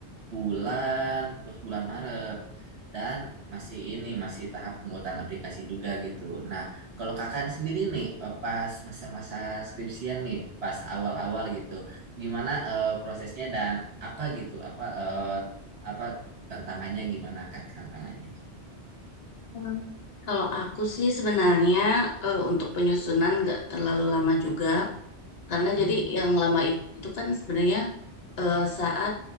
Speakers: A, on the right (about 65°); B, on the left (about 60°).
A: bulan pas bulan Maret dan masih ini masih tahap pembuatan aplikasi juga gitu. Nah, kalau kakak sendiri nih eh, pas masa-masa skripsian nih pas awal-awal gitu, gimana eh, prosesnya dan apa gitu apa eh, apa tantangannya gimana kak tantangannya
B: Hmm. Kalau aku sih sebenarnya eh, untuk penyusunan nggak terlalu lama juga. Karena
A: Hmm,
B: jadi yang lama itu kan sebenarnya eh, saat